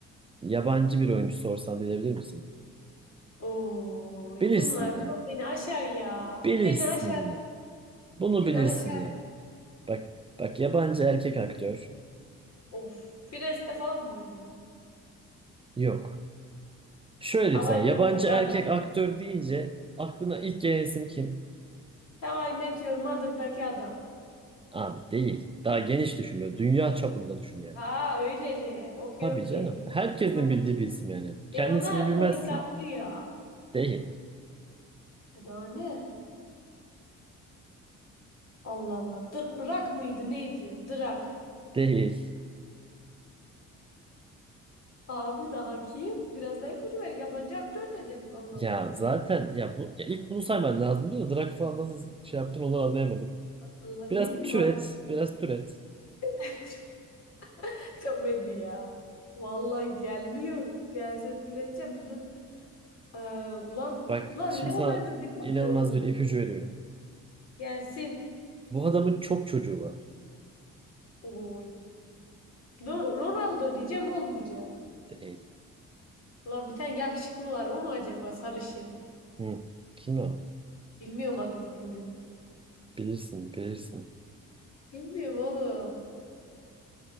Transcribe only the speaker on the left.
oy
bunlar
bu- beni aşar ya.
Beni aşar.
Beni
aşar.
Of. Friends'te falan mı oynuyor?
Hawaii
Meteor
adam.
Hawaii Meteor Mother'daki adam.
Ha öyleli. Okey
okey.
Tamam.
Benim aklım-
Leonardo
DiCaprio.
E daha ne? Allah Allah. Drak mıydı neydi? Drak.
Abi daha kim? Biraz daha ipucu ver. Yabancı aktör dedin. Allah
Allah.
Allah ne
bileyim
bak.
<laughs> Komedi ya. Vallahi gelmiyor. Gelse türeteceğim. Dur. Ee, ulan
ulan
Leonardo
DiCaprio
oğlum.
Gelsin.
Oy. No- Ronaldo diyeceğim olmayacak.
Lan bir tane yakışıklı var. O mu acaba sarışın?
Bilmiyorum adını bilmiyorum.
Bilmiyorum oğlum.